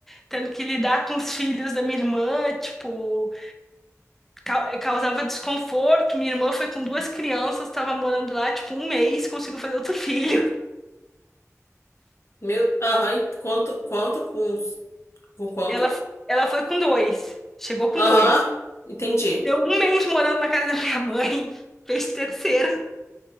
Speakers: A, in the centre; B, on the left.
A: tendo que lidar com os filhos da minha irmã, tipo. Ca- Causava desconforto. Minha irmã foi com duas crianças, estava morando lá, tipo, um mês, conseguiu fazer outro <laughs> filho.
B: Meu, aham, e quanto, quanto com, os- com quanto?
A: Ela, ela foi com dois, chegou com
B: Aham,
A: dois.
B: entendi.
A: Deu um mês morando na casa da minha mãe, <laughs> fez terceiro,